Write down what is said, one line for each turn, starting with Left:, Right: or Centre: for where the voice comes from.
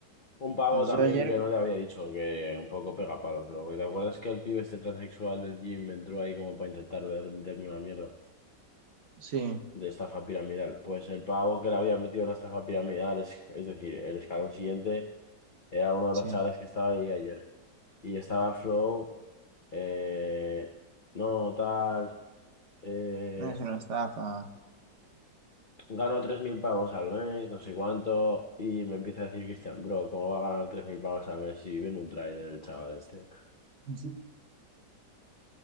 Left: Un pavo
Right: Pues
Left: también
Right: yo ayer,
Left: que no te había dicho, que un poco pega palos, bro. Porque ¿Te acuerdas que el pibe este transexual del gym entró ahí como para intentar venderme una mierda
Right: sí,
Left: de estafa piramidal? Pues el pavo que le había metido una estafa piramidal, es, es decir, el escalón siguiente, era uno de
Right: sí,
Left: los chavales que estaba ahí ayer. Y estaba Flow, eh, no, tal. eh,
Right: no es una estafa.
Left: gano 3.000 pavos al mes, no sé cuánto, y me empieza a decir Cristian, bro, ¿cómo va a ganar 3.000 pavos al mes si vive en un tráiler el chaval este?
Right: <laughs> Sí.